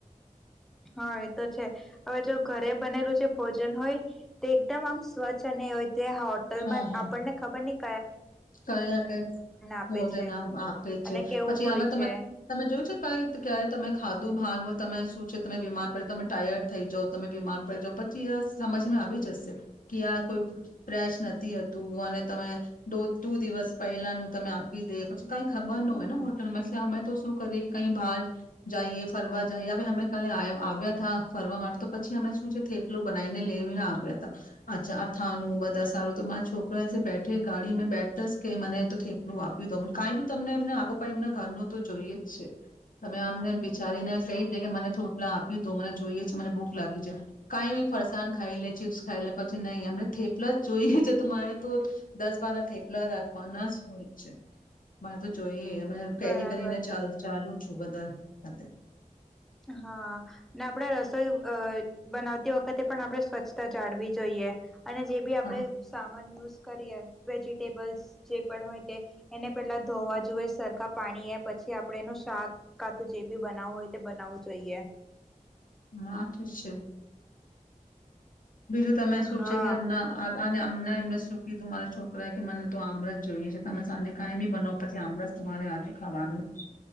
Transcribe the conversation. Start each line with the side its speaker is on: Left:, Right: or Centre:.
Centre: હા એ તો છે હવે જો ઘરે બનેલું જે ભોજન હોય તે એકદમ આમ સ્વચ્છ અને હોય તે હોટલ
Left: હા
Centre: માંએ
Left: હા
Centre: આપણને ખબર નહીં
Left: કયા કયા
Centre: આપે
Left: ભોજન
Centre: છે
Left: આમ આપે
Centre: અને
Left: છે.
Centre: કેવું
Left: પછી
Centre: હોય
Left: આમાં તમે
Centre: છે
Left: તમે જોયું છે કઈ રી ક્યારે તમે ખાધું ભાન હો તમેજ શું છે તમે બીમાર પડે તમે ટાયર્ડ થઈ જાવ, તમે બીમાર પડી જાવ પછી એ સમજમાં આવી જશે કે આ કોઈ ફેશ નથી હતું અને તમે દો દુ દિવસ પહેલાનું તમે આપી દે પછી કઈ ખબર નો હોય ને હોટલમાં ઇસ્લિયે અમે તો શું કરીએ કે કઈ બહાર જઈએ ફરવા જઈએ અમે કાલે આય આવ્યા થા ફરવા માટે તો પછી અમે શું છે થેપલું બનાવીને લઈને આવ્યા તા. અચ્છા અથાણું બધા સારું તો મારા છોકરા જે બેઠે ગાડી મેં બેઠતાસ કે મને તો થેપલું આપી દો. કાંઈ બી તમે એમને આપો પાઈ એમને ઘરનું તો જોઈએ જ છે. તમે આમને વિચારીને કઈ દે કે મને થોપલા આપી દો મને જોઈએ છે મને ભૂખ લાગી છે કાંઈ બી ફરસાણ ખાઈ લે ચીપ્સ ખાઈ લે પછી નહીં અમને થેપલા જ જોઈએ છે તો મારે તો દસ બારા થેપલા રાખવાના જ હોય છે. મા તો જોય એ મારે કેરી
Centre: બરાબર
Left: કરીને ચલ-ચાલુ શું બધા હતા.
Centre: હા ને આપણે રસોઈ અહ બનાવતી વખતે પણ આપણે સ્વચ્છતા જાળવી જોઈએ. અને જે બી આપડે
Left: હા
Centre: સામાન યુઝ કરીએ વેજીિટેબલસ જે પણ હોય તે એને પેલાં ધોવા જોએ સરખા પાણી એ પછી આપડે એનું શાક કાતું જે બી બનાવું હોય બનાવવું જોઈએ.
Left: હા આ તો છે. બીજું તમે શું
Centre: હા
Left: છે કે એમના <unintelligible> આને એમના એમને શું કીધું મારા છોકરાએ કે મને તો આમરસ જોઈએ છે તમે સાંજે કાઈ બી બનાવો પછી આમરસ તો મારે આજે ખાવાનું છે,